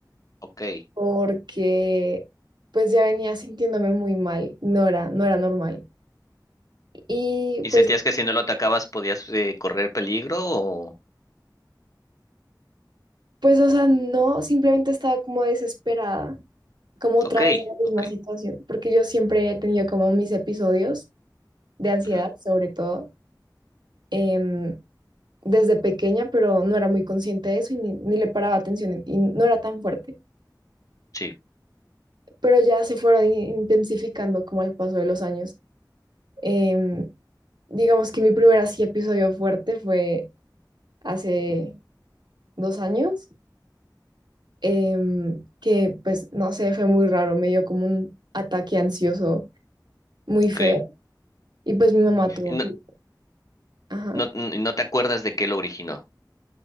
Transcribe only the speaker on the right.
porque pues ya venía sintiéndome muy mal, no era, no era normal. Y
pues,
pues, o sea, no, simplemente estaba como desesperada, como otra
vez en la misma
situación, porque yo siempre he tenido como mis episodios de ansiedad,
sobre todo, em, desde pequeña, pero no era muy consciente de eso y ni, ni le paraba atención y no era tan fuerte,
pero ya se fueron in- intensificando como al paso de los años. Em, digamos que mi primer así episodio fuerte fue hace dos años, em, que pues no sé, fue muy raro, me dio como un ataque ansioso muy
feo
y pues mi mamá tuvo
que... Ajá.